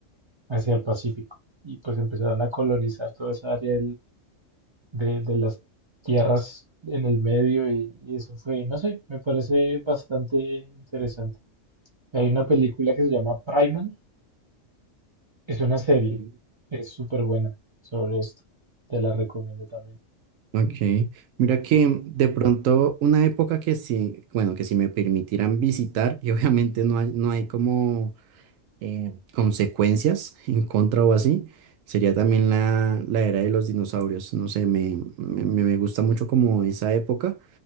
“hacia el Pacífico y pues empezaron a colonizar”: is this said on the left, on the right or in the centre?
Right